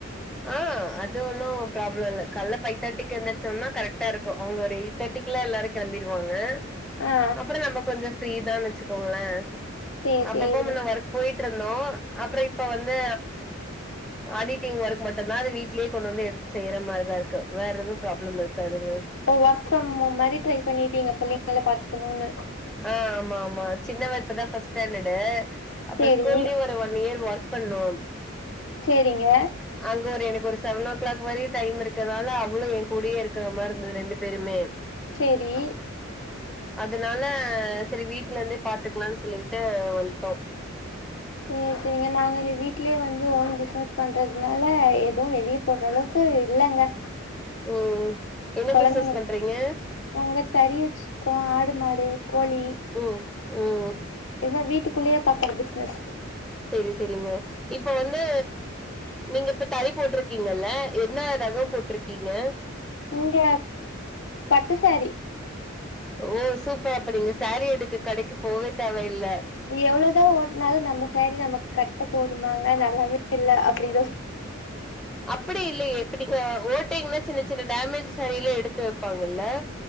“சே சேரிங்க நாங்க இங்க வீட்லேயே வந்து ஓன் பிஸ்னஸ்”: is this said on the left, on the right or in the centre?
Left